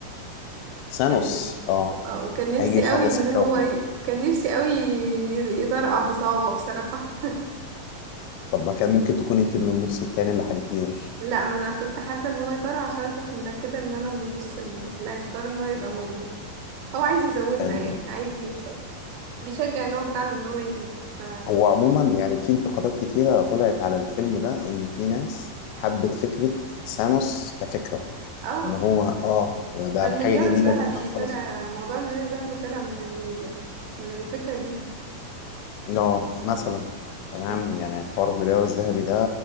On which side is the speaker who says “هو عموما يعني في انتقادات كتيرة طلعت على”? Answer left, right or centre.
Left